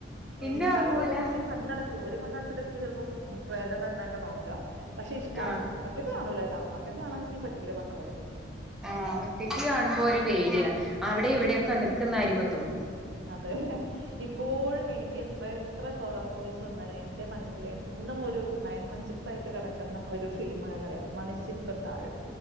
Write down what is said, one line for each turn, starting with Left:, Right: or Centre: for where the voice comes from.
Centre: പിന്നെ
Right: ഇക്കാടെ
Centre: ഉറങ്ങൂല
Right: കൊടുക്കുന്നൊക്കെ കണ്ണടക്കും ഒരു കണ്ണടചതൊക്ക ചിലപ്പം പ്രേതം വര്നൊക്കെ നോക്ക പഷെ ഇഷ്ടാണ്
Centre: ആ
Right: ഒറ്റയ്ക്ക് കാണൂലട്ടോ ഒറ്റയ്ക്ക് കാണാൻ ഇൻക്യും പറ്റില്ല ഇ പർഞ്ഞ പോലെ
Centre: ആഹ് ഒറ്റക്ക് കാണുമ്പോ ഒരു പേടിയാ അവിടെ ഇവിടെക്കെ നിക്കുന്നായിരിക്കോ തോന്നു
Right: അതെ ഇപ്പോഴും എനിക്ക് എത്ര എത്ര ഹോറർ മൂവീസ് വന്നാലും എന്റെ മനസ്സില് എന്നും ഒരു നയൻ വൺ സിക്സ് ആയിട്ട് കെടക്കുന്ന ഒരു ഫിലിം ഏതാറിയോ മണിചിത്രത്താഴ്